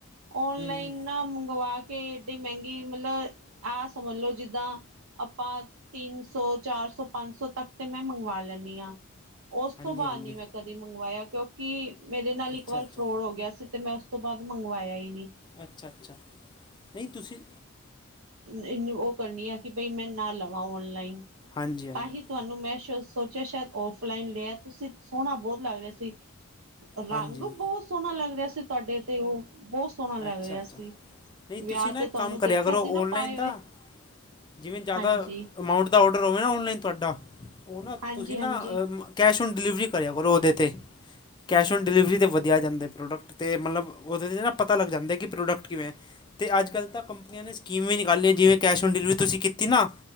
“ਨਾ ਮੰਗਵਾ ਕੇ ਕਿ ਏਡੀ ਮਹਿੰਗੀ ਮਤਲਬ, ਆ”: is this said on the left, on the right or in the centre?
Right